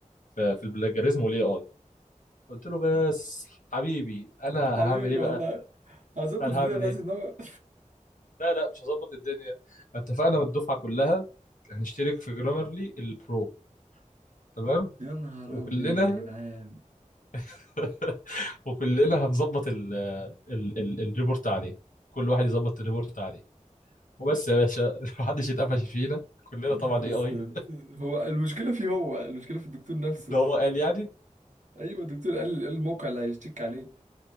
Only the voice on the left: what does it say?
في في البلاجريزم والاي اي قلت له بس حبيبي انا
هعمل ايه بقى؟
قال
هعمل
ايه؟
لا لا مش هظبط الدنيا اتفقنا من الدفعه كلها هنشترك في جرامرلي البرو تمام
وكلنا
<laughs> وكلنا هنظبط ال ال ال الريبورت عليه كل واحد يظبط الريبورت عليه وبس يا باشا <laughs> محدش يتقفش فينا كلنا
طبعا
اي
اي
ده هو قال يعني